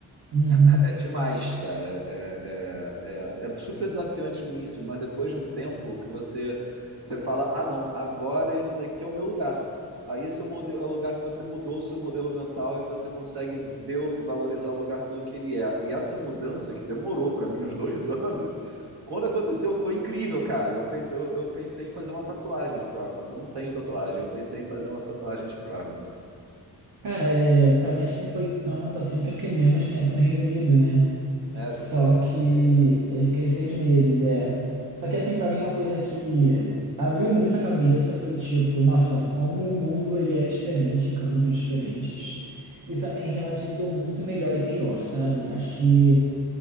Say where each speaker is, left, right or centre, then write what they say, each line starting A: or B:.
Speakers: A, on the right; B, on the right.
A: uhum.
B: É demais, cara. É, é, é, é super desafiante no início, mas depois de um tempo que você, você fala, ah não, agora esse daqui é o meu lugar. Aí esse é o, modelo, é o lugar que você mudou o seu modelo mental e você consegue ver, valorizar o lugar pelo que ele é. E essa mudança, que demorou para mim <laughs> uns dois anos, quando aconteceu foi incrível, cara. Eu, pe- eu, eu, pensei em fazer uma tatuagem de Providence. Eu não tenho tatuagem. Eu pensei em fazer uma tatuagem de Providence.
A: Cara, é, pra mim acho que não foi tanto assim, porque eu fiquei menos tempo no Reino Unido, né?
B: É,
A: Só
B: você ficou seis
A: que
B: meses.
A: eu fiquei seis meses, é. Só que assim, pra mim é uma coisa que abriu muito a cabeça foi tipo, nossa, como o mundo ele é diferente em cantos diferentes e também relativizou muito melhor e pior, sabe? Acho que